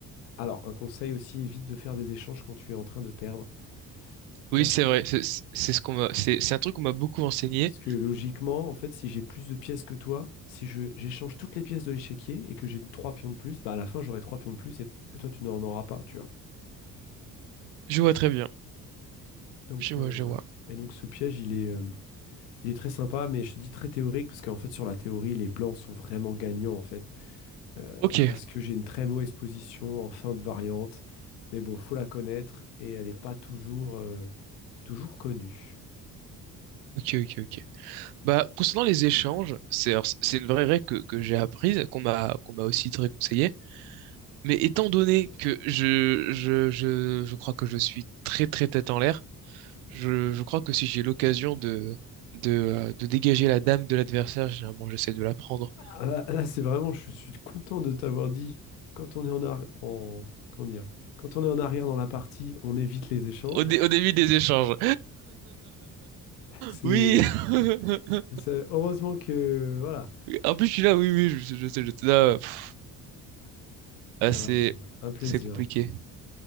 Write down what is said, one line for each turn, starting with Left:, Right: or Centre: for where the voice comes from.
Left: Alors, un conseil aussi, évite de faire des échanges quand tu es en train de perdre.
Right: Oui,
Left: parce
Right: c'est
Left: que
Right: vrai. C'est c'est- ce qu'on m'a, c'est c'est un truc qu'on m'a beaucoup enseigné.
Left: Parce que logiquement, en fait, si j'ai plus de pièces que toi, si je j'échange toutes les pièces de l'échiquier et que j'ai trois pions de plus, bah à la fin j'aurai trois pions de plus et, et toi tu n'en auras pas, tu vois.
Right: Je vois très bien.
Left: Donc
Right: Je vois,
Left: euh,
Right: je
Left: voilà.
Right: vois.
Left: Et donc ce piège, il est, euh, il est très sympa, mais je te dis très théorique parce qu'en fait sur la théorie, les blancs sont vraiment gagnants en fait. Euh,
Right: Ok,
Left: parce que j'ai une très mauvaise position en fin de variante, mais bon, faut la connaître et elle n'est pas toujours, euh, toujours connue.
Right: ok, ok, ok. Bah, concernant les échanges, c'est alors, c'est- c'est une vraie règle que, que j'ai apprise, qu'on m'a qu'on m'a aussi très conseillé. Mais étant donné que je je je je crois que je suis très très tête en l'air, je je crois que si j'ai l'occasion de de euh, de dégager la dame de l'adversaire, généralement j'essaie de la prendre
Left: Ah, Là, là, c'est vraiment, je suis content de t'avoir dit, quand on est en arrière, en, comment dire, quand on est en arrière dans la partie, on évite les échanges.
Right: au dé- au début des échanges.
Left: C'est,
Right: <laughs> Oui. <laughs>
Left: c'est- heureusement que, voilà,
Right: En plus, je suis là, oui, oui, je, sais, je sais, je sais, là, pff, ah,
Left: bah,
Right: c'est,
Left: un plaisir.
Right: c'est compliqué.